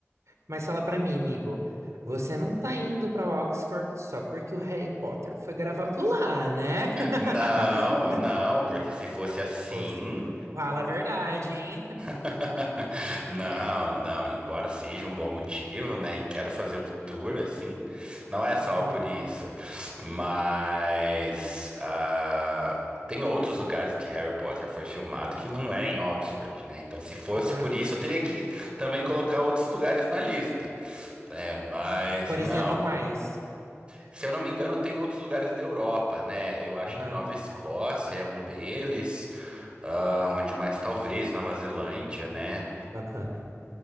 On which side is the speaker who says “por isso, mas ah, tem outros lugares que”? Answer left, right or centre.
Right